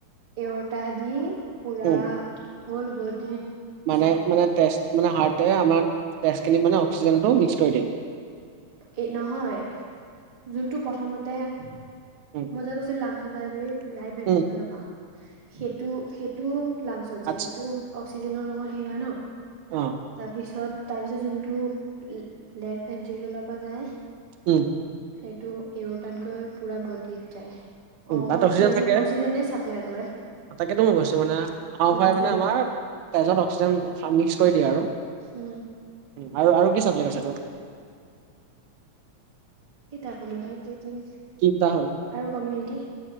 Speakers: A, on the right; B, on the right.
A: এওঁতা দি পুৰা
B: উম।
A: হল বডিত
B: মানে
A: চাপ্লাই
B: মানে টেষ্ট মানে হাৰ্টে আমাৰ টেষ্ট খিনি মানে অক্সিজেনটো মিক্স কৰি দিয়ে।
A: এ নহয় যোনটো প্ৰথমতে মই
B: উম
A: যে কৈছিলো লাংচজাই বুলি, ৰাইট বেটিকৰ
B: উম
A: পৰা সেইটো সেই টো লাংচত যায়
B: আচ্ছা
A: সেইটো অক্সিজেনৰ লগত শেষ হয় ন।
B: অঁ
A: তাৰপিছত তাৰপিছত যোনটো লেফ্ট ভেন্ট্ৰিগেলৰ পৰা যায়।
B: উম
A: সেইটো এওঁতাত গৈ পুৰা বদিত যায়।
B: উম,
A: অ
B: তাত অক্সিজেন থাকে
A: অক্সিজেনে চাপ্লাই কৰে
B: তাকেতো মই গৈছো মানে হাওঁফাওঁ
A: উম সেইটোৱে
B: মানে আমাৰ তেজত অক্সিজেন মিক্স কৰি দিয়ে আৰু
A: উম
B: আৰু। আৰু কি চাবজেক্ট আছে তোৰ?
A: কিতাপ কলো হয় দুই তিন
B: তিনটা
A: আৰু কমিউনিটি।